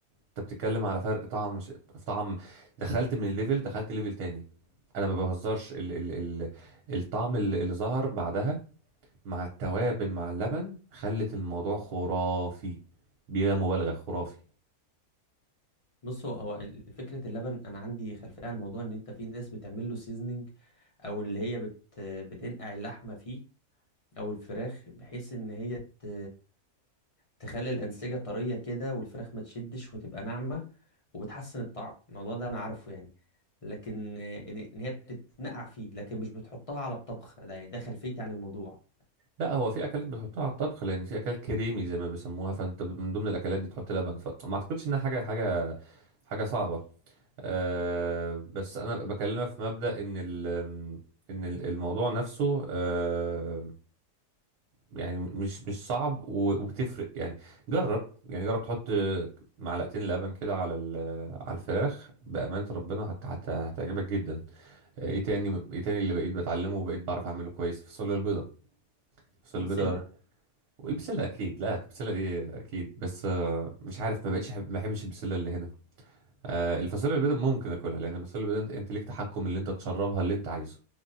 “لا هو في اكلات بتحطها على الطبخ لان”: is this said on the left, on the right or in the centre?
Right